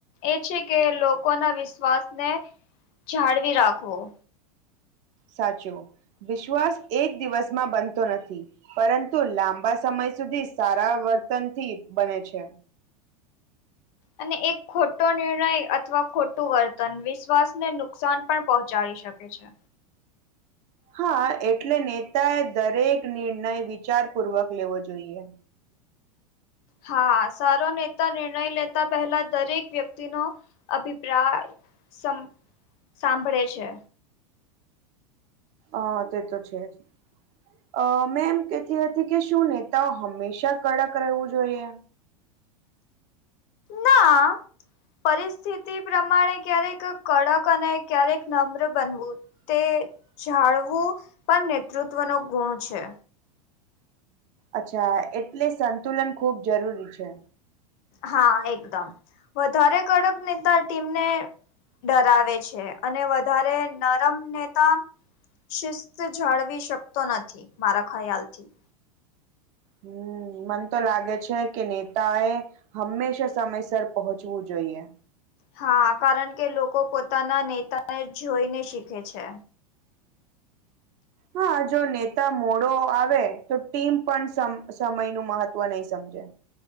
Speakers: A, on the left; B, on the right.
A: એ છે, કે લોકો ના વિશ્વાસને જાળવી રાખવો.
B: સાચું વિશ્વાસ એક દિવસમાં બનતો નથી. પરંતુ લાંબા સમય સુધી સારા વર્તનથી બને છે.
A: અને એક ખોટો નિર્ણય અથવા ખોટું વર્તન વિશ્વાસને નુકસાન પણ પહોંચાડી શકે છે.
B: હા એટલે નેતાએ દરેક નિર્ણય વિચાર પૂર્વક લેવો જોઈએ.
A: હા સારો નેતા નિર્ણય લેતા પહેલા દરેક વ્યક્તિ નો અભિપ્રાય સમ સાંભળે છે.
B: અ તે તો છે, જ અ મેં એમ કતી હતી કે શું નેતાઓ હંમેશા કડક રહેવું જોઈએ?
A: ના પરિસ્થિતિ પ્રમાણે ક્યારેક કડક અને ક્યારેક નમ્ર બનવું તે જાળવું પણ નેતૃત્વનો ગુણ છે.
B: અચ્છા એટલે સંતુલન ખૂબ જરૂરી છે.
A: હા એકદમ વધારે કડક નેતા ટીમને ડરાવે છે, અને વધારે નરમ નેતા શિસ્ત જાળવી શકતો નથી મારા ખ્યાલ થી
B: હમ મન તો લાગે છે, કે નેતા એ હંમેશા સમયસર પહોંચવું જોઈએ.
A: હા કારણ કે લોકો પોતાના નેતાને જોઈને શીખે છે.
B: હા જો નેતા મોડો આવે તો ટીમ પણ સ સમય નુ મહત્વ નહીં સમજે.